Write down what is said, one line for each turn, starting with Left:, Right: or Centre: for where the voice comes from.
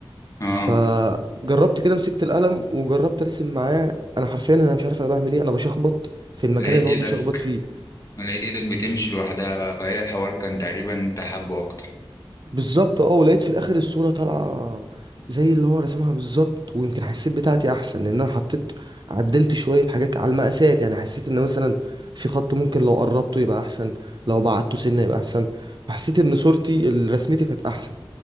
Left: آه.
Right: فجربت كده مسكت القلم وجربت ارسم معاه انا حرفيا انا مش عارف انا بعمل ايه انا بشخبط في المكان
Left: لقيت
Right: اللي
Left: ايدك
Right: هو بيشخبط فيه
Left: لقيت ايدك بتمشي لوحدها بقى فهي الحوار كان تقريبا انت حابه اكتر
Right: بالظبط اه ولقيت في الاخر الصوره طالعه زي اللي هو رسمها بالظبط ويمكن حسيت بتاعتي احسن لان انا حطيت عدلت شويه حاجات على المقاسات يعني حسيت ان مثلا في خط ممكن لو قربته يبقى احسن لو بعدته سنه يبقى احسن فحسيت ان صورتي ال- رسمتي كانت احسن